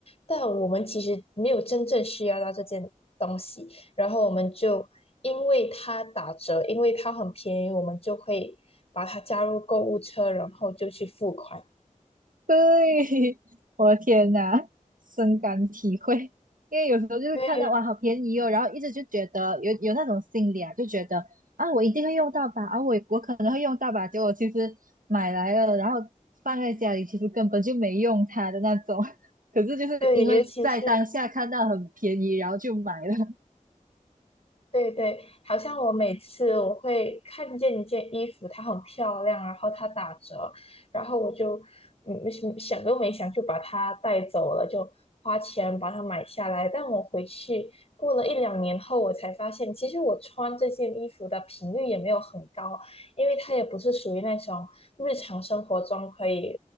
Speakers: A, on the left; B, on the right.
A: 但我们其实没有真正需要到这件东西，然后我们就因为它打折，因为它很便宜，我们就会把它加入购物车，然后就去付款。
B: 对，<laughs> 我的天呐，深感体会。因为有时候就是看到哇，
A: 对
B: 好便宜哦，然后一直就觉得有有那种心理啊，就觉得啊，我一定会用到吧，啊，我我可能会用到吧，结果其实买来了，然后放在家里，其实根本就没用它的那种。<laughs> 可是就是因为在当下看到很便宜，
A: 对，尤其是。
B: 然后就买了。
A: 对对，好像我每次我会看见一件衣服，它很漂亮，然后它打折，然后我就嗯想想都没想就把它带走了，就花钱把它买下来。但我回去过了一两年后，我才发现，其实我穿这件衣服的频率也没有很高，因为它也不是属于那种日常生活中可以